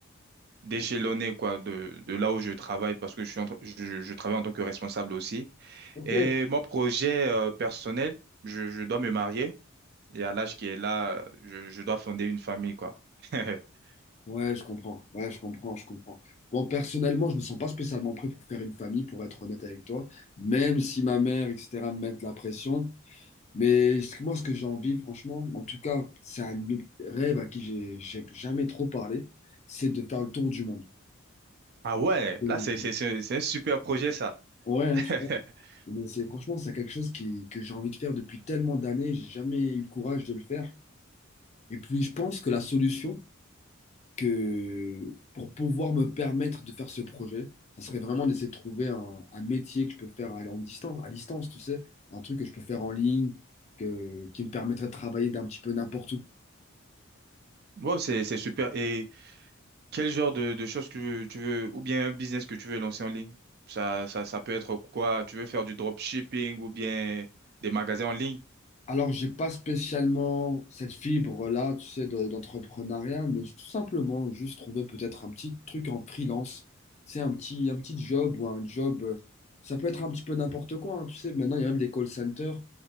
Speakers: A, on the right; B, on the left.
A: d'échelonner quoi de, de là où je travaille parce que je suis en tra- je, je travaille en tant que responsable aussi.
B: Ok.
A: Et mon projet euh, personnel, je, je dois me marier et à l'âge qui est là, je, je dois fonder une famille quoi. <laughs>
B: Ouais, je comprends. Ouais, je comprends, je comprends. Bon, personnellement, je me sens pas spécialement prêt pour faire une famille, pour être honnête avec toi, même si ma mère, etc., me mettent la pression. Mais ce que- moi, ce que j'ai envie, franchement, en tout cas, c'est un autre rêve à qui j'ai j'ai jamais trop parlé, c'est de faire le tour du monde.
A: Ah ouais,
B: Oui.
A: là c'est c'est c'est c'est un super projet ça.
B: Ouais, hein,
A: <laughs>
B: tu vois. Mais c'est franchement, c'est quelque chose qui, que j'ai envie de faire depuis tellement d'années, j'ai jamais eu le courage de le faire. Et puis, je pense que la solution que pour pouvoir me permettre de faire ce projet, ça serait vraiment d'essayer de trouver un, un métier que je peux faire à, en distance, à distance, tu sais, un truc que je peux faire en ligne, que, qui me permettrait de travailler d'un petit peu n'importe où.
A: Wow, c'est c'est super. Et quel genre de, de choses que tu veux, tu veux- ou bien un business que tu veux lancer en ligne? Ça, ça, ça peut être quoi? Tu veux faire du dropshipping ou bien des magasins en ligne?
B: Alors, j'ai pas spécialement cette fibre-là, tu sais, de- d'entrepreneuriat, mais tout simplement juste trouver peut-être un petit truc en freelance, tu sais, un petit, un petit job ou un job, euh, ça peut être un petit peu n'importe quoi, hein, tu sais, maintenant il y a même des call centers